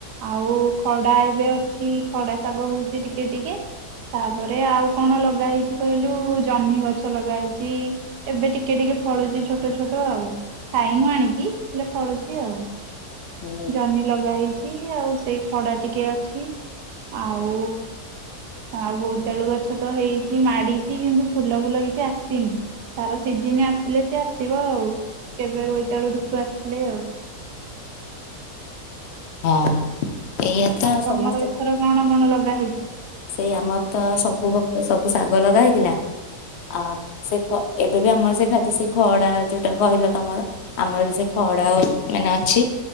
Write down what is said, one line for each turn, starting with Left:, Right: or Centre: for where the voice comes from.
Right: ଆଉ ଖଡା ଏବେ ଅଛି ଖଡା ଶାଗ ହଉଛି ଟିକେ ଟିକେ ତାପରେ ଆଉ କଣ ଲଗା ହେେଇଛି କହିଲୁ ଜହ୍ନି ଗଛ ଲଗା ହେଇଛି ଏବେ ଟିକେ ଟିକେ ଫଳୁଛି ଛୋଟ ଛୋଟ ଆଉ ଖାଇ ଏଇ ନା ଆଣିକି ହେଲେ ପଳୁଛି ଆଉ।
Left: ହୁଁ
Right: ଜହ୍ନି ଲଗା ହେଇଛି। ଆଉ ସେଇ ଖଡା ଟିକେ ଅଛି ଆଉ ଆଉ ବୋଇତାଳୁ ଗଛ ତ ହେଇଛି ମାଡିଛି କିନ୍ତୁ ଫୁଲ ଫୁଲ କିଛି ଆସିନି ତାର ସିଜିନ ଆସି ଥିଲେ ସେ ଆସିବ ଆଉ କେବେ କୋଇ ବେଳୁ ଋତୁ ଆସି ଥିଲେ ଆଉ।
Left: ହଁ ଏଇଆ ତ
Right: ଆଉ
Left: ସମସ୍ତ
Right: ତମର ଏଥର କଣ କଣ ଲଗ ରହିଛି।
Left: ସେଇ ଆମର ତ ସବୁ ଭ ସବୁ ଶାଗ ଲଗା ହେଇଥିଲା ଆଉ ସେ ଏବେ ବି ଆମର ସେ ଖା ସେ ଖଡା ଯୋଉଟା କହିଲା ତମର ଆମର ବି ସେ ଖଡା ଆଉ ଏନା ଅଛି